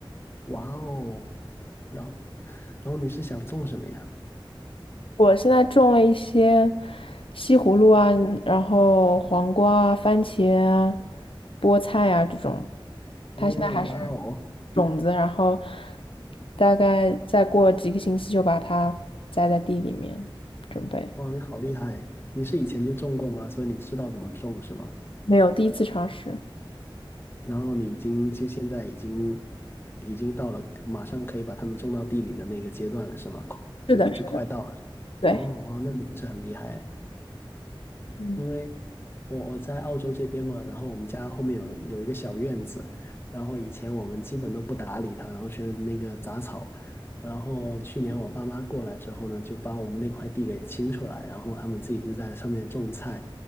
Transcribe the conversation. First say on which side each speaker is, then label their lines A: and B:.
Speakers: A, on the left; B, on the left.
A: 哇哦，然后然后你是想种什么呀？
B: 我现在种了一些西葫芦啊，然后黄瓜啊、番茄啊、菠菜啊这种。
A: 哦，
B: 它现在还是
A: 哇哦，
B: 种子，然后大概再过几个星期就把它栽在地里面，准备。
A: 哇，你好厉害！你是以前就种过吗？所以你知道怎么种是吗？
B: 没有，第一次尝试。
A: 然后你已经就现在已经已经到了马上可以把它们种到地里的那个阶段了是吗？
B: 是的，
A: 就就快到了。
B: 是的，对。
A: 哦，哇，那你还是很厉害。
B: 嗯。
A: 因为我我在澳洲这边嘛，然后我们家后面有有一个小院子，然后以前我们基本都不打理它，然后全是那个杂草。然后去年我爸妈过来之后呢，就把我们那块地给清出来，然后他们自己就在上面种菜。